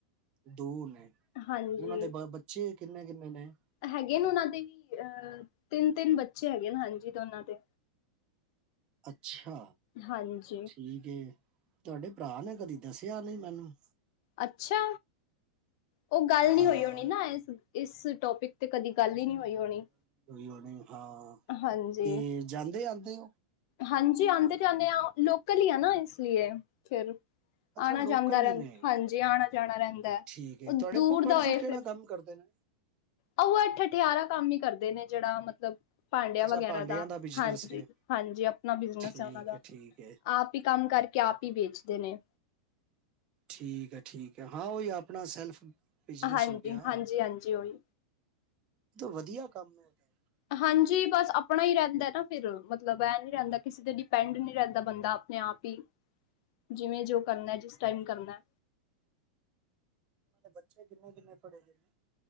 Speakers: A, on the right; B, on the left.
A: ਦੋ ਨੇ
B: ਹਾਂਜੀ
A: ਉਹਨਾਂ ਦੇ ਬ ਬੱਚੇ ਕਿੰਨੇ ਕਿੰਨੇ ਨੇ
B: ਹੈਗੇ ਨੇ ਉਹਨਾਂ ਦੇ ਵੀ ਅਹ ਤਿੰਨ ਤਿੰਨ ਬੱਚੇ ਹੈਗੇ ਨੇ ਹਾਂਜੀ ਦੋਨਾਂ ਦੇ
A: ਅੱਛਾ
B: ਹਾਂਜੀ
A: ਠੀਕ ਤੁਹਾਡੇ ਭਰਾ ਨੇ ਕਦੀ ਦੱਸਿਆ ਨੀ ਮੈਨੂੰ
B: ਅੱਛਾ ਉਹ ਗੱਲ ਨਹੀਂ
A: ਹਾਂ
B: ਹੋਈ ਹੋਣੀ ਨਾ ਇਸ ਇਸ ਟੋਪਿਕ ਤੇ ਕਦੀ ਗੱਲ
A: ਹੋ
B: ਹੀ ਨਹੀਂ ਹੋਈ ਹੋਣੀ
A: ਉਹਨੇ ਹਾਂ
B: ਹਾਂਜੀ
A: ਤੇ ਜਾਂਦੇ ਆਉਦੇ
B: ਹਾਂਜੀ ਆਉਂਦੇ ਜਾਂਦੇ ਹਾਂ ਲੋਕਲ ਹੀ ਆ ਨਾ ਇਸ ਲਈ ਫਿਰ
A: ਅੱਛਾ
B: ਆਣਾ ਜਾਂਦਾ
A: ਲੋਕਲ
B: ਰਹਿੰਦਾ
A: ਹੀ ਨੇ
B: ਹਾਂਜੀ, ਆਣਾ ਜਾਣਾ ਰਹਿੰਦਾ ਹੈ
A: ਠੀਕ ਹੈ
B: ਉਹ
A: ਤੁਹਾਡੇ
B: ਦੂਰ
A: ਫੁੱਫੜ
B: ਦਾ
A: ਜੀ
B: ਹੋਏ
A: ਕਿਹੜਾ
B: ਫਿਰ
A: ਕੰਮ ਕਰਦੇ ਨੇ,
B: ਆਥ ਅਠਿਆਰਾਂ
A: ਦੋਨੋਂ ਫੁੱਫੜ
B: ਕੰਮ
A: ਜੀ
B: ਹੀ ਕਰਦੇ ਨੇ ਜਿਹੜਾ ਮਤਲਬ, ਭਾਂਡਿਆਂ
A: ਅੱਛਾ
B: ਵਗੈਰਾ
A: ਭਾਂਡਿਆਂ
B: ਦਾ
A: ਬਿਜ਼ਨਸ
B: ਹਾਂਜੀ,
A: ਹੈ
B: ਹਾਂਜੀ ਆਪਣਾ ਬਿਜਨਸ
A: ਠੀਕ
B: ਹੈ ਉਹਨਾਂ ਦਾ
A: ਠੀਕ ਹੈ
B: ਆਪ ਹੀ ਕੰਮ ਕਰਕੇ। ਕ ਹੀ ਵੇਚਦੇ ਨੇ
A: ਠੀਕ ਹੈ ਠੀਕ ਹੈ ਹਾਂ ਉਹੀ ਆਪਣਾ ਸੈਲਫ ਬਿਜ਼ਨਸ
B: ਹਾਂਜੀ,
A: ਹੋ ਗਿਆ
B: ਹਾਂਜੀ
A: ਇਹ
B: ਹਾਂਜੀ ਉਹੀ
A: ਵਧੀਆ ਕੰਮ ਉਹਨਾਂ
B: ਹਾਂਜੀ ਬਸ ਆਪਣਾ ਹੀ ਰਹਿੰਦਾ ਨਾ ਫਿਰ ਮਤਲਬ ਇਹ ਨੀ ਰਹਿੰਦਾ ਕਿਸੇ ਤੇ ਡਿਪੈਂਡ ਨਹੀਂ ਰਹਿੰਦਾ ਬੰਦਾ ਆਪਣੇ ਆਪ ਜਿਵੇਂ ਜੋ ਕਰਨਾ ਜਿਸ ਟਾਈਮ ਕਰਨਾ
A: ਏ ਬੱਚੇ ਕਿੰਨੇ ਕਿੰਨੇ ਪੜ੍ਹੇ ਜੇ